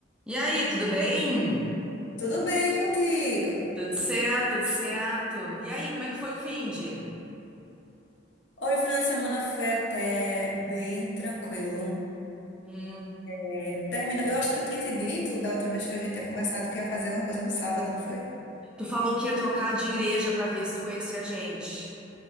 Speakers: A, in the centre; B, on the left.
A: E aí, tudo bem?
B: Tudo bem contigo?
A: Tudo certo, tudo certo. E aí, como é que foi o finde?
B: Olha, o final de semana foi até bem tranquilo.
A: Hum,
B: É, termina... Eu acho que eu tinha te dito da outra vez que a gente tinha conversado que ia fazer alguma coisa no sábado, não foi?
A: tu falou que ia trocar de igreja pra ver se tu conhecia a gente.